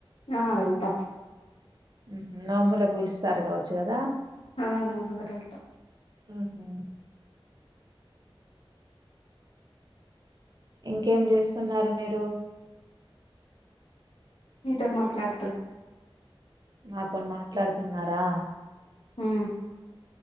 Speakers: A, on the left; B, on the right.
A: ఆ వెళ్తా
B: ఊహూ నోములకు పిలుస్తారు కావచ్చు కదా
A: ఆ నోములకెళ్తా
B: ఊహూ ఇంకేం జేస్తున్నారు మీరు
A: మీతో మాట్లాడుతున్
B: మాతో మాట్లాడుతున్నారా
A: ఊ ఊ